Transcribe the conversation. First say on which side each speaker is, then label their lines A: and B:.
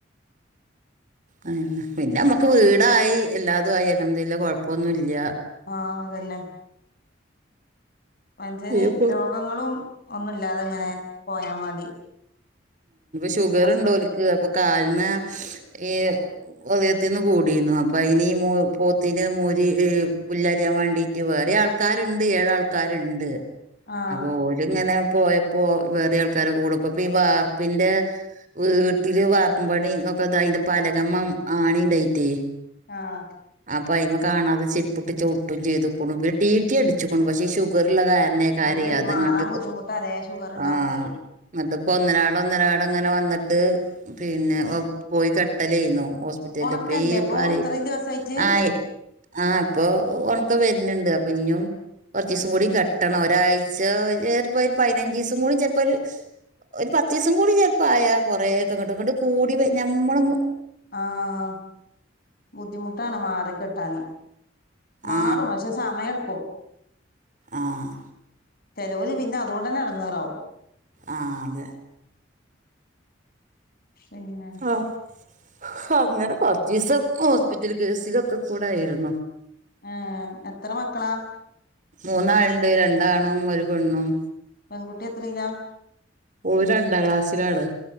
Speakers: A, on the right (about 40°); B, on the left (about 50°).
A: അ പിന്നെ നമ്മക്ക് വീടായി എല്ലാതും ആയി അൽഹംദുലില്ല കുഴപ്പൊന്നുമില്ല
B: ആഹ് അതന്നെ പഞ്ചന്
A: ഇപ്പൊ
B: രോഗങ്ങളും ഒന്നുല്ലാതിങ്ങനെ പോയാ മതി
A: ഷുഗറുണ്ടോലക്ക്
B: ആസ്പത്രി
A: അപ്പൊ കാൽ മേ ഈ ഉദയത്തിന്ന് കൂടിന്നു അപ്പൊ അയിന് ഈ പോത്തിന് മൂരി പുല്ലറിയാൻ വേണ്ടി വേറെ ആൾക്കാരുണ്ട് ഏഴ് ആൾക്കാരുണ്ട്
B: ആഹ്
A: അപോല് ഇങ്ങനെ പോയപ്പോ വേറ ആൾക്കാരൊ കൂട അപ്പൊ ഈ വാർപ്പിന്റെ വീട്ടില് വാർപ്പും പണിഒക്കെതായിട്ട് അതിന്റെ പലകമ്മം ആണി ഉണ്ടായിട്ടേ
B: ആഹ്
A: അപ്പയ്മ കാണാതെ ചെരിപ്പിട്ട ചവ്ട്ടും ചെയ്തു <unintelligible> പിന്ന ടീറ്റി അടിച്ചുക്ക്ണു പക്ഷേ ഷുഗർ ഉള്ള കാരണെ കരയ്യാ
B: അതെയ്
A: അതെങ്ങട്ട്
B: മാറാൻ ബുദ്ധിമുട്ടാലേ
A: കൊ
B: ഷുഗർ ഉണ്ടാവുമ്പളേ
A: ആ ന്നട്ട് ഒന്നരാട ളൊന്നരാടം അങ്ങന വന്നിട്ട് പിന്നെ പോയി കെട്ടലേന്നു ഓസ് <unintelligible>
B: ഒണക്കല്ലേ
A: ഈ
B: ഇപ്പൊ
A: പറീം
B: ഇത്രയും ദിവസായിട്ട്
A: ആയി ആഹ അപ്പൊ ഒണക്കം വരുന്നുണ്ട് അപ്പൊ ഇഞ്ഞും കുറച്ച് ദിവസം കൂടി കെട്ടണം ഒരാഴ്ച ചെലപ്പോ ഒരു പതിനഞ്ച് ദിവസം കൂട ചിലപ്പോ ഒരു ഒരു പത്തീസം കൂടി ചെലപ്പ ആയാ കൊറേക്കെ അങ്ങോട്ട് ഇങ്ങോട്ട് കൂടി ഞമ്മളൊന്ന്
B: ആഹാ ബുദ്ധിമുട്ടാണ് മാറിക്കിട്ടാന് മാറും
A: ആ
B: പക്ഷെ സമയെടുക്കും
A: ആഹ്
B: ചെലോല് പിന്നെ അതൊണ്ടന്നെ എടങ്ങാറാവും
A: ആ അതെ
B: പിന്നെ
A: ആഹ അങ്ങനെ കൊറച്ച ദിവസം ഹോസ്പിറ്റൽ കേസിലൊക്കെ കൂടായിരുന്നു
B: ഏ എത്ര മക്കളാ
A: മൂന്നാള്ണ്ട് രണ്ടാണും ഒരു പെണ്ണും
B: പെൺകുട്ടി എത്രയിലാ
A: ഓരണ്ടാം ക്ലാസ്സിലാണ്